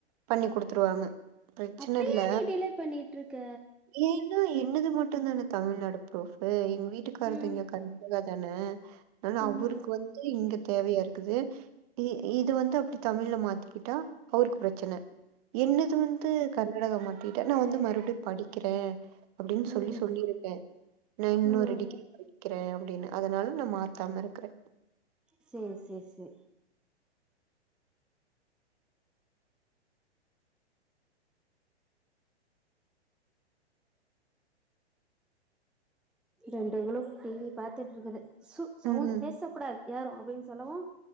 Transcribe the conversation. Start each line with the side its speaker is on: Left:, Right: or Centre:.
Right: பண்ணி குடுத்துருவாங்க ப்ரச்சன
Centre: அப்பயே
Right: இல்ல
Centre: நீ டிலே பண்ணிட்ருக்க
Right: ஏன்னா என்னது மட் டுந்தான தமிழ்நாடு ப்ரூஃப்பு எங் வீட்டுக்காரது
Centre: ம்
Right: இங்க கர்நாடகா தானே ஆனால அவுருக்கு
Centre: ம்
Right: வந்து இங்க தேவயாரு க்குது இ இது வந்து அப்டி தமிழ்ல மாத்திக்கிட்டா அவுருக்கு ப்ரச்சன என்னது வந்து கர்நாடகா மாத்திக்கிட்டா நா வந்து மறுபடியு படிக்கிற அப்டின் சொல்லி
Centre: ம்
Right: சொல்லிருக்க நா இன்னொரு
Centre: ம்
Right: டிகிரி படிக் கிற அப்டின்னு அதனால நா மாத்தாம இருக்குற
Centre: சேர் சேர் சே ரெண்டுகளு டிவி பாத்துட்ருக்குது சு சவுண்ட்டு
Right: ம்
Centre: பேச கூடாது யாரு அப்டின்னு சொல்லவா